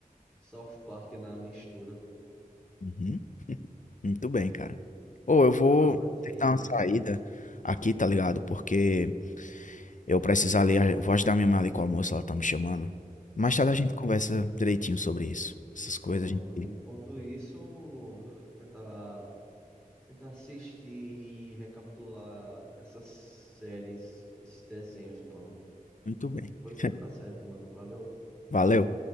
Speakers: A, in the centre; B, on the left (about 60°).
A: South Park na mistura.
B: Uhum. Muito bem, cara. ou eu vou,
A: Tá na hora
B: vou ter
A: de.
B: que dar uma saída aqui, tá ligado? Porque eu preciso ali, eu vou ajudar minha mãe ali com o almoço, ela tá me chamando. Mais
A: Uhum.
B: tarde a gente conversa direitinho sobre isso. Essas coisas
A: Pronto,
B: a gente.
A: mano. Enquanto isso, tentar, tentar assistir e recapitular essas séries, esses desenhos, mano.
B: Muito bem.
A: Pois
B: <laughs>
A: tá certo, mano. Valeu.
B: Valeu.